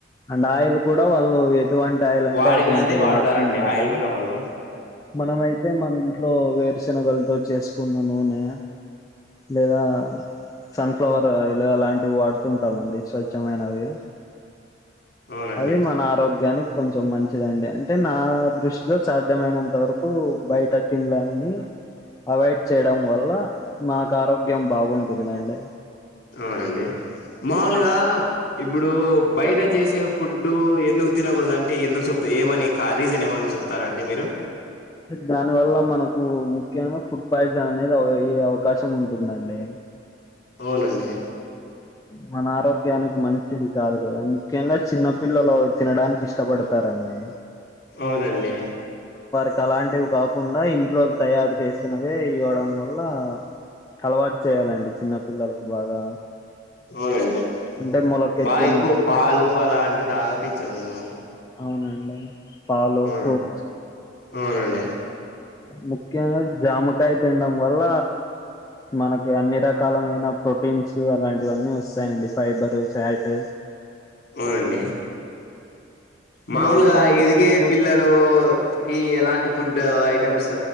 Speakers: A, on the left (about 20°); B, on the left (about 55°).
A: అండ్ ఆయిల్ కూడా వాళ్ళు ఎటువంటి ఆయిల్ అంటే
B: వాడినదే
A: అటువంటివి
B: వాడతారండి
A: వాడుతుంటారు
B: ఆయిల్ కొన్న వాళ్ళు
A: మనమైతే మన ఇంట్లో వేరుశెనగలతో చేసుకున్న నూనె లేదా సన్ఫ్లవర్ ఆయిల్ అలాంటివి వాడుతుంటామండి స్వచ్ఛమైనవి
B: అవునండి
A: అది మన ఆరోగ్యానికి కొంచెం మంచిదండి అంటే నా దృష్టిలో సాధ్యమైనంత వరకు బయట తినలే అని అవాయిడ్ చేయడం వల్ల నాకు ఆరోగ్యం బాగుంటుందండి
B: అవునండి మాములుగా ఇప్పుడు బయట చేసే ఫుడ్ ఎందుకు తినకూడదు అంటే ఎందుకు చెప్త ఏమని రీజన్ ఏమన్నా చెప్తారా అండి మీరు
A: దాని వల్ల మనకు ముఖ్యంగా ఫుడ్ పాయిజన్ అనేది అవకాశం ఉంటుందండి
B: అవునండి
A: మన ఆరోగ్యానికి మంచిది కాదు కదా ముఖ్యంగా చిన్నపిల్లలు తినడానికి ఇష్టపడతారండి న్నా
B: అవునండి
A: ఇంక అలాంటివి కాకుండా ఇంట్లో తయారు చేసినవే ఇవ్వడం వల్ల అలవాటు చేయాలండి చిన్న పిల్లలకు బాగా,
B: అవునండి
A: అంటే మొలకెత్తిన
B: బాగా ఎక్కువ పాలు
A: పెసలు
B: అలాంటివి తాగాపించాలండి మనం.
A: అవునండి పాలు
B: అవును
A: ఫ్రూట్స్
B: అవునండి
A: ముఖ్యంగా జామకాయ తినడం వల్ల మనకి అన్ని రకాలమైన ప్రోటీన్స్ అలాంటివన్నీ వస్తాయండి ఫైబరు ఫ్యాట్.
B: అవునండి మాములుగా
A: మీరు ఎటువంటి
B: ఎదిగే
A: ఫ్రూట్స్
B: పిల్లలుకి ఎలాంటి ఫుడ్ ఫుడ్ ఐటెమ్స్